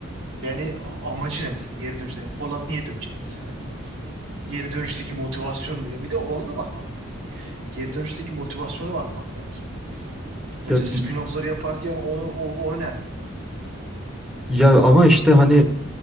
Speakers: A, on the right; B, in the centre.
A: Yani amacı ne mesela? Geri dönüşte. Yani Polat niye dönecek mesela? Geri dönüşteki motivasyon diyor. Bir de ona da bakmak lazım. Geri dönüşteki motivasyona bakmak lazım. Mesela
B: Ya
A: spin-off'ları
B: bi-
A: yaparken onu, o, o önemli.
B: Ya ama işte hani